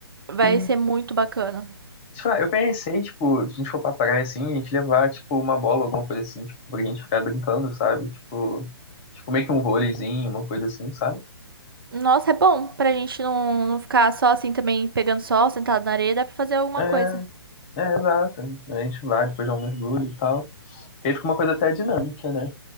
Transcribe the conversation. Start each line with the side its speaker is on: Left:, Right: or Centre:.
Right: vai
Left: E,
Right: ser muito bacana.
Left: sei lá, eu pensei, tipo, se a gente for pra praia assim, a gente levar, tipo, uma bola, alguma coisa assim, tipo, pra gente ficar brincando, sabe? Tipo, tipo meio que um vôleizinho, uma coisa assim, sabe?
Right: Nossa, é bom pra gente não, não ficar só assim também pegando sol, sentado na areia, dá pra fazer alguma
Left: É,
Right: coisa.
Left: é, exato. A gente vai, depois dá um mergulho e tal. E aí fica uma coisa até dinâmica, né?